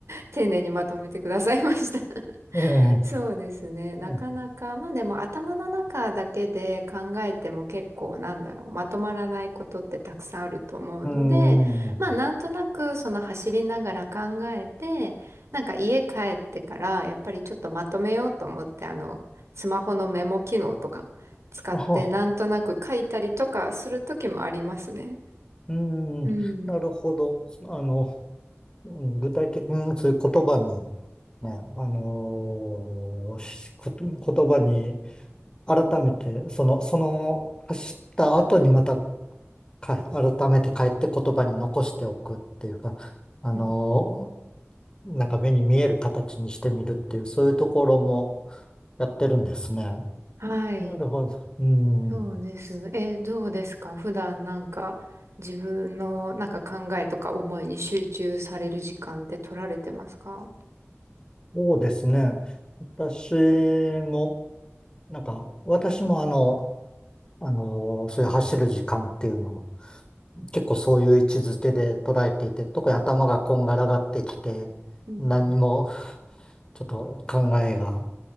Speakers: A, on the right; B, on the left.
A: 丁寧にまとめてくださいました <laughs>
B: うん、
A: そうですね。なかなか、
B: う
A: まあでも頭の中だけで考えても結構なんだろう、まとまらないことってたくさんあると思うので、
B: ん、
A: まあなんとなくその走りながら考えて、なんか家帰ってからやっぱりちょっとまとめようと思って、あの、スマホのメモ機能とか使ってなんとなく書いたりとかする時もありますね。
B: あ、うん、
A: うん。
B: なるほど。あの、うん具体的にそういう言葉に、ね、あのーしこと言葉に改めて、その、その、走った後にまたか、改めて帰って言葉に残しておくっていうか、あのー
A: うん
B: なんか目に見える形にしてみるっていう、そういうところもやってるんですね。
A: はい。
B: なるほど。うん。
A: そうです。え、どうですか普段なんか自分のなんか考えとか思いに集中される時間って取られてますか
B: そうですね。私も、なんか、私もあの、あのそういう走る時間っていうのを、結構そういう位置づけで捉えていて、特に頭がこんがらがってきて、
A: うん、
B: 何も、ちょっと考えが